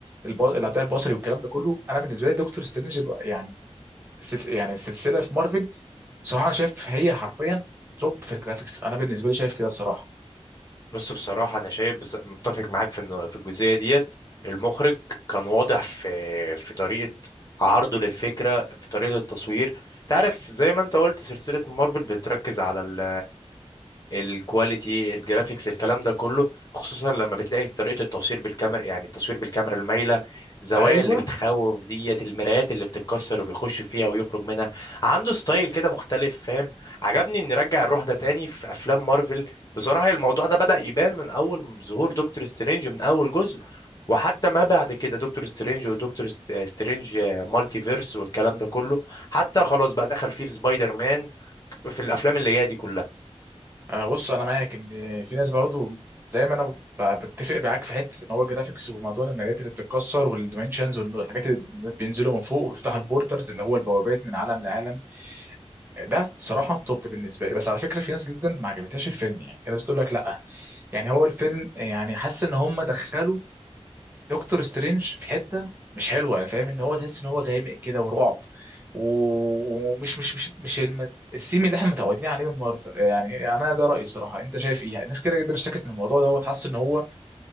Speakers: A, on the right; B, on the left.
A: الب- الابداع البصري والكلام ده كله انا بالنسبه لي دكتور سترينج يعني سلس- يعني السلسله في مارفل بصراحه انا شايف هي حرفيا توب في الجرافيكس انا بالنسبه لي شايف كده الصراحه
B: بس بصراحه انا شايف بس متفق معاك في انه في الجزئيه ديت المخرج كان واضح في في طريقه عرضه للفكره في طريقه التصوير تعرف زي ما انت قلت سلسله مارفل بتركز على ال... الكواليتي الجرافيكس الكلام ده كله خصوصا لما بتلاقي طريقة التصوير بالكاميرا يعني التصوير بالكاميرا المايلة زوايا
A: ايوه
B: اللي بتخوف ديت المرايات اللي بتتكسر وبيخش فيها ويخرج منها عنده ستايل كده مختلف فاهم عجبني ان نرجع الروح ده تاني في افلام مارفل بصراحة الموضوع ده بدأ يبان من اول ظهور دكتور سترينج من اول جزء وحتى ما بعد كده دكتور سترينج ودكتور ست- سترينج مالتي فيرس والكلام ده كله حتى خلاص بقى دخل فيه في سبايدر مان في الافلام اللي جايه دي كلها
A: آه، بص انا معاك ان في ناس برضو زي ما انا ب- بتفق معاك في حته ان هو جرافيكس وموضوع الماليات اللي بتتكسر والديمنشنز والحاجات اللي بينزلوا من فوق وبيفتحوا البورترز اللي هو البوابات من عالم لعالم ده صراحه توب بالنسبه لي بس على فكره في ناس جدا ما عجبتهاش الفيلم يعني في ناس بتقول لك لا يعني هو الفيلم يعني حاسس ان هم دخلوا دكتور سترينج في حته مش حلوه يعني فاهم ان هو تحس ان هو غامق كده ورعب و- ومش مش مش مش الم- السيم اللي احنا متعودين عليه من مارفل يعني انا ده رايي صراحه انت شايف ايه يعني ناس كده جدا اشتكت من الموضوع دوت حاسس ان هو